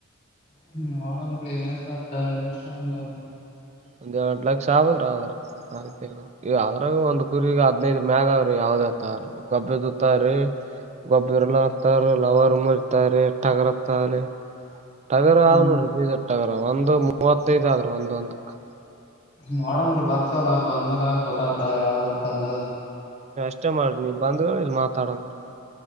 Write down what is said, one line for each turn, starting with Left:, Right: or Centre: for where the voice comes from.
Left: ಹ್ಮ್ ನೋಡಬ್ರಿ ಎಷ್ಟು ಆಗ್ತಾ ಎಷ್ಟು ಅಂತ
Right: ಒಂದ್ ಎರಡು ಲಕ್ಷ ಆಗುದ್ರ ಆದದ್ರ ಆ ಅದ್ರರ್ಗು ಒಂದ್ ಕುರಿಗೆ ಹದ್ನೈದರ ಮ್ಯಾಗ ಅವ್ರೀ ಹೌದರಿ ಕೊಬ್ಬು ಇರ್ತಾವರಿ ಕೊಬ್ಬು ಇರಲಾರದವು ಇರ್ತವೇರಿ ಲವರ್ ಮರಿಇರ್ತವೆ ಟಗರು ಇರ್ತಾವರಿ ಟಗರು ಅವಾವ್
Left: ಹ್ಮ್
Right: ನೋಡ್ರಿ ಬೀದರ್ ಟಗರ್ ಒಂದು ಮೂವತ್ತೈದ್ ಆದ್ರ ಒಂದೊ ಒಂದಕ್ಕ
Left: ನೋಡಂದರೀ ಬರ್ತವಲ್ಲ ಬಂದ್ಮೇಲೆ ಗೊತ್ತ್ದ ಯಾವ್ದ ಅಂತ ಅಂದ
Right: ಇಷ್ಟ ಮಾಡಿ ಬಂದ್ ಇಲ್ಲಿ ಮಾತಾಡಮ್ರ